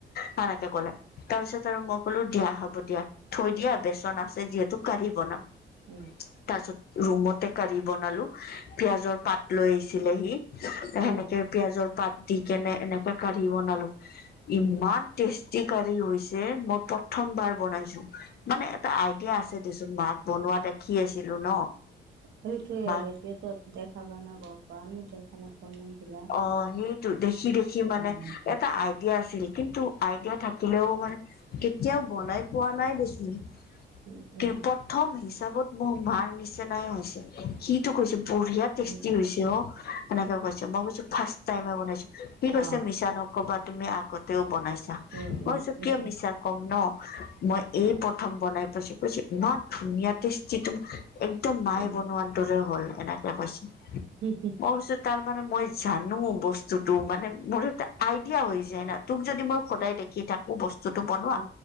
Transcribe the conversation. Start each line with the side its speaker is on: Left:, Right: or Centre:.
Left: সানেকে ক'লে। তাৰপিছত আৰু মই ক'লো দিয়া হ'ব দিয়া থৈ দিয়া বেচন আছে যিহেতু কাৰি বনাম।
Right: উম।
Left: তাৰপিছত ৰুমতে কাৰি বনালো। পিয়াজৰ পাত লৈ আহিছিলে সি। সেনেকে
Right: উম।
Left: পিয়াজৰ পাত দি কেনে এনেকে কাঢ়ি বনালো। ইমান টেষ্টি কাঢ়ি হৈছে মই প্ৰথমবাৰ বনাইছো। মানে এটা আইডিয়া আছে দেচোন মাক বনোৱা দেখি আছিলো ন।
Right: সেইটোৱেই
Left: মাক
Right: এতিয়া তই দেখা কাৰণে গম পা। আমি দেখা নাপাও না সেইবিলাক।
Left: অ সেইটো, দেখি দেখি মানে
Right: এনেকে
Left: এটা আইডিয়া আছিল কিন্তু আইডিয়া থাকিলেও মানে কেতিয়াও বনাই পোৱা নাই দেচোন।
Right: উম, উম,
Left: কেপত প্ৰথম হিচাপত মোৰ মাৰ নিচিনাই হৈছে। সিটো কৈছে বঢ়িয়া টেষ্টি
Right: উম,
Left: হৈছে অ এনেকে কৈছে। মই কৈছো ফাৰ্ষ্ট টাইমে বনাইছো। সি কৈছে
Right: অ'।
Left: মে মিছা নকবা তুমি আগতেও বনাইছা।
Right: উম, উম,
Left: মই কৈছো
Right: বিশ্বাস
Left: কিয় মিছা কম ন? মই
Right: অ',
Left: এই প্ৰথম বনাই পাইছো, কৈছে ইমান ধুনীয়া টেষ্টি একদম একদম মায়ে
Right: উম।
Left: বনোৱা দৰে হ'ল এনেকে কৈছে।
Right: উ হু।
Left: মই কৈছো তাৰ মানে মই জানো বস্তুটো মানে মোৰ এটা আইডিয়া হৈ যায় না, তোক যদি মই সদায় দেখি থাক মো বস্তুটো বনোৱা
Right: অ',